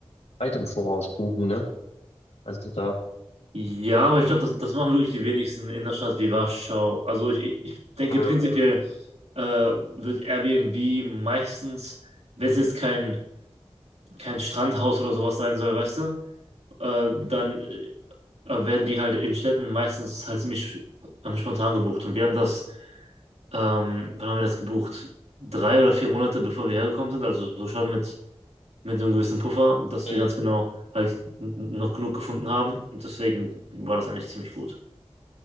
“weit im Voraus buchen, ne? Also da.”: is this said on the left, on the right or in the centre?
Left